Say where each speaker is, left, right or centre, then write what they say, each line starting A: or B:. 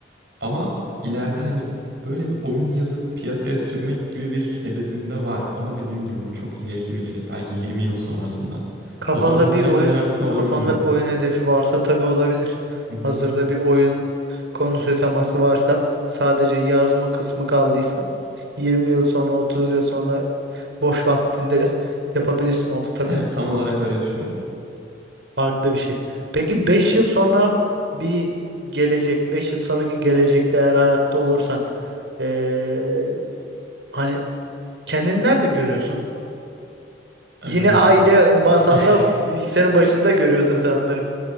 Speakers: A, on the right (about 70°); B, on the right (about 85°).
A: ama ileride hani böyle bir oyun yazıp piyasaya sürmek gibi bir hedefim de var ama dediğim gibi bu çok ileriki bir gelecek. Belki 20 yıl sonrasında.
B: Kafanda
A: O zamanlara
B: bir oyun
A: kadar artık ne olur
B: kafanda
A: bilmiyorum.
B: bir oyun hedefi varsa tabii olabilir.
A: Hı hı.
B: Hazırda bir oyun konusu teması varsa sadece yazma kısmı kaldıysa 20 yıl sonra 30 yıl sonra boş vaktinde yapabilirsin. O da tabii
A: Evet, tam olarak öyle düşünüyorum.
B: farklı bir şey. Peki 5 yıl sonra bir gelecek 5 yıl sonraki gelecekte eğer hayatta olursan eee, hani kendini nerede görüyorsun?
A: Ee,
B: Yine aynı masanda
A: <laughs> ay,
B: bilgisayarın başında görüyorsun sanırım.